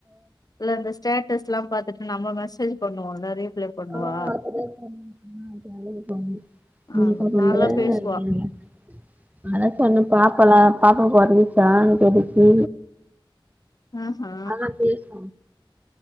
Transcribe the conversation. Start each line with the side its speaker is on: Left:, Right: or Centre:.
Left: இல்ல இந்த ஸ்டேட் டஸ்ல்லா பாத்துட்டு நம்ம மெசேஜ் பண்ணுவோல ரீப்ளை பண்ணுவா
Right: ஆ அதுலே <unintelligible> அ <unintelligible> நீ
Left: ஆமா
Right: எப்ப பண்ற
Left: நல்லா பேசுவா
Right: அப்டினாங்க அதா சொன்னே பாப்பலா பாப்பா பொறந்துருச்சான்னு கேட்டுச்சு
Left: ஆஹா
Right: அதல்லா பேசு